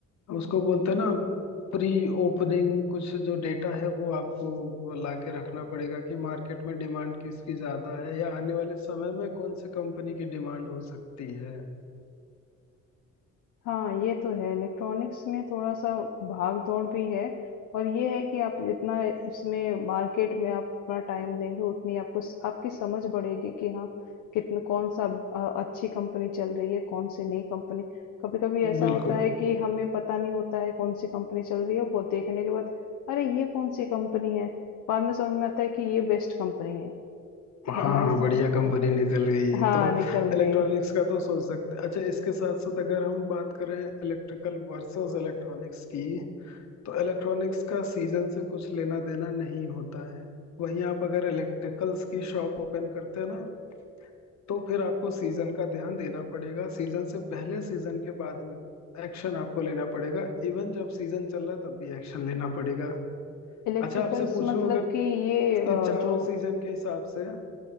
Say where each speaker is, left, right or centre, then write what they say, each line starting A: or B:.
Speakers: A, on the left; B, on the left.
A: हुँ,
B: उसको बोलते हैं ना प्री ओपनिंग कुछ जो डेटा है वो आपको ला के रखना पड़ेगा कि मार्केट में डिमांड किसकी ज्यादा है या आने वाले समय में कौन सी कंपनी की डिमांड हो सकती है
A: हाँ, ये तो है इलेक्ट्रॉनिक्स में थोड़ा-सा भाग-दौड़ भी है और ये है कि आप जितना इसमें मार्केट में आप अपना टाइम देंगे उतनी आपको स आपकी समझ बढ़ेगी कि हाँ, कितना कौन-सा अ, अच्छी कंपनी चल रही है, कौन-सी नई कंपनी कभी-कभी ऐसा
B: बिल्कुल
A: होता है कि हमें पता नहीं होता है कौन-सी कंपनी चल रही है, वो देखने के बाद अरे! ये कौन-सी कंपनी है? बाद में समझ में आता है कि ये बेस्ट कंपनी है।
B: हाँ
A: हाँ, ऐसा
B: हाँ बढ़िया कंपनी
A: अ,
B: निकल गई
A: हाँ,
B: तो
A: निकल
B: इलेक्ट्रॉनिक्स
A: गए।
B: का तो सोच सकते अच्छा इसके साथ साथ अगर हम बात करें इलेक्ट्रिकल वर्सेस इलेक्ट्रॉनिक्स की तो इलेक्ट्रॉनिक्स का सीजन से कुछ लेना देना नहीं होता है वहीं आप अगर इलेक्ट्रिकल्स की शॉप ओपन करते हैं ना तो फिर आपको सीजन का ध्यान देना पड़ेगा सीजन से पहले सीजन के बाद में एक्शन आपको लेना पड़ेगा इवन जब सीजन चल रहा है तब भी एक्शन लेना पड़ेगा
A: इलेक्ट्रिकल्स
B: अच्छा आपसे पूछूं
A: मतलब
B: अगर
A: कि ये अ,
B: कि चारों
A: जो
B: सीजन के हिसाब से